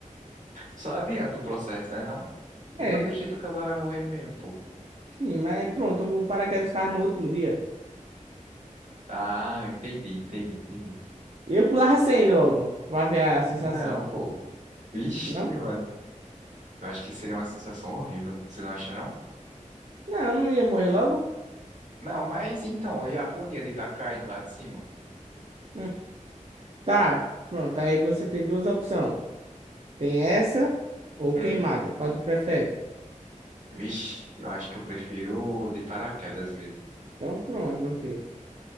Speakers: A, on the right; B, on the right.
A: Só adianta o processo, né, não? De
B: É,
A: todo jeito o cara vai morrer mesmo, pô.
B: sim, mas pronto, o paraquedas dos carros no último dia.
A: Ah, entendi, entendi, entendi.
B: Eu pulava 100 logo, pra ver a sensação.
A: Não, pô. Ixi,
B: Não?
A: mano. Eu acho que seria uma sensação horrível. Você não acha, não?
B: Não, não ia morrer logo.
A: Não, mas então, e a agonia de estar caindo lá de cima?
B: Hum. Tá, pronto, aí você tem duas opções. Tem essa ou
A: Hum?
B: queimado. Qual tu prefere?
A: Vixe, eu acho que eu prefiro de paraquedas mesmo.
B: Então pronto, meu filho.